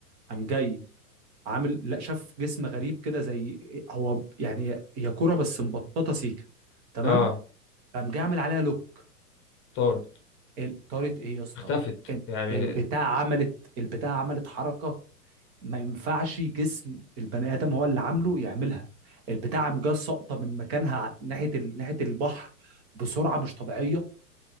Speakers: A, on the right (about 40°); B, on the left (about 25°).
A: قام جاي عامل لا شاف جسم غريب كده زي هو يعني هي كرة بس مبططة سيكة تمام
B: اه
A: قام جه عامل عليها لوك
B: طارت
A: ال- طارت ايه يا اسطى
B: اختفت
A: ال-
B: يعني
A: البتاع عملت البتاع عملت حركة ما ينفعش جسم البني آدم هو اللي عامله يعملها البتاع قام جه ساقطة من مكانها ع- ناحية ال... ناحية البحر بسرعة مش طبيعية